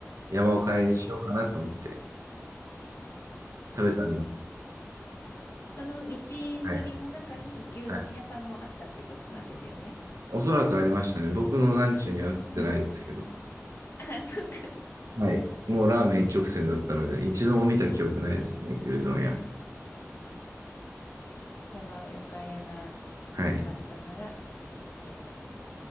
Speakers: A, on the right; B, on the left.
A: 山岡かえにしようかなと思って食べたんです。
B: その道のりの中に牛丼屋さんもあったってことなんですよね。
A: はい。はい。おそらくありましたね。僕の眼中には映ってないですけど。
B: うん。<laughs> あ、そっか。
A: はい。もうラーメン一直線だったので、一度も見た記憶ないですね、牛丼屋。
B: 山岡屋が
A: はい。
B: あったから入った。